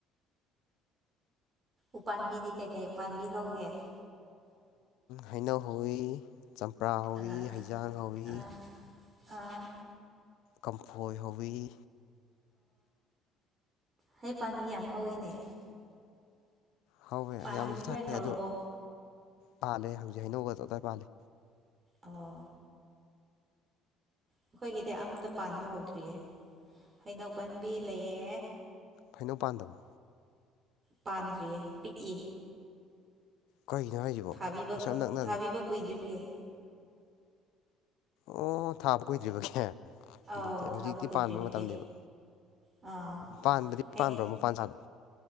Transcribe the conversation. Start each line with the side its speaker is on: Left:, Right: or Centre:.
Right: ꯎꯄꯥꯝꯕꯤꯗꯤ ꯀꯩꯀꯩ ꯎꯄꯥꯝꯕꯤ ꯍꯧꯒꯦ
Left: ꯍꯩꯅꯧ ꯍꯧꯋꯤ ꯆꯝꯄ꯭ꯔꯥ ꯍꯧꯏꯤ
Right: ꯑꯥ
Left: ꯍꯩꯖꯥꯡ ꯍꯧꯏ
Right: ꯑꯥ ꯑꯥ
Left: ꯀꯝꯐꯣꯏ ꯍꯣꯕꯤꯤ
Right: ꯍꯩ ꯄꯥꯝꯕꯤ ꯌꯥꯝ ꯍꯧꯋꯤꯅꯦ
Left: ꯍ ꯍ
Right: ꯄꯥꯟꯕꯗꯤ
Left: ꯌꯥꯝꯅꯁꯨ
Right: ꯂꯣꯏꯅ
Left: ꯊꯥꯏꯦ
Right: ꯍꯧꯔꯕꯣ
Left: ꯑꯗꯣ ꯄꯥꯜꯂꯦ ꯍꯧꯖꯤꯛ ꯍꯩꯅꯧꯒꯗ ꯑꯗꯨꯗꯥꯏ ꯄꯥꯜꯜꯂꯤ
Right: ꯑꯣ ꯑꯩꯈꯣꯏꯒꯤꯗꯤ ꯑꯝꯇ ꯄꯥꯟꯕ ꯍꯧꯗ꯭ꯔꯤꯌꯦ ꯍꯩꯅꯧ ꯄꯥꯝꯕꯤ ꯂꯩꯌꯦ
Left: ꯐꯩꯅꯧ ꯄꯥꯟꯗꯕ
Right: ꯄꯥꯟꯗ꯭ꯔꯤꯌꯦ ꯄꯤꯛꯏ
Left: ꯀꯒꯤꯅꯣ ꯍꯥꯏꯁꯤꯕꯣ
Right: ꯊꯥꯕꯤꯕ
Left: ꯑꯁꯝ ꯅꯛꯅ
Right: ꯊꯥꯕꯤꯕ ꯀꯨꯏꯗ꯭ꯔꯤꯕꯒꯤ
Left: ꯑꯣ ꯊꯥꯕ ꯀꯨꯏꯗ꯭ꯔꯤꯕꯒꯦ
Right: ꯑꯧ
Left: ꯑꯗꯨꯗꯤ ꯍꯧꯖꯤꯛꯇꯤ
Right: ꯊꯥꯕ ꯀꯨꯏꯗ꯭ꯔꯤꯕꯒꯤ
Left: ꯄꯥꯟꯕ ꯃꯇꯝꯅꯦꯕ
Right: ꯑꯥ
Left: ꯄꯗꯤ
Right: ꯍꯩ
Left: ꯄꯥꯟꯚ꯭ꯔꯣ ꯃ ꯄꯥꯟ ꯁꯥꯗꯣ